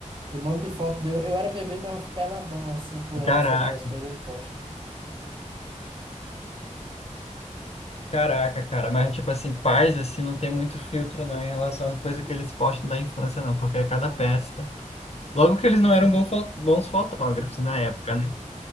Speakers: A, on the right (about 40°); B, on the left (about 55°).
A: E um monte de foto deu. Eu era bebê, mas eu fui peladão, assim, pulando
B: Caraca,
A: em cima das coisas, ele posta.
B: caraca, cara. Mas, tipo assim, pais, assim, não tem muito filtro, não, em relação às coisas que eles postam da infância, não, porque é cada peça. Logo que
A: Não,
B: eles
A: com
B: não
A: certeza.
B: eram bom fo- bons fotógrafos na época, né?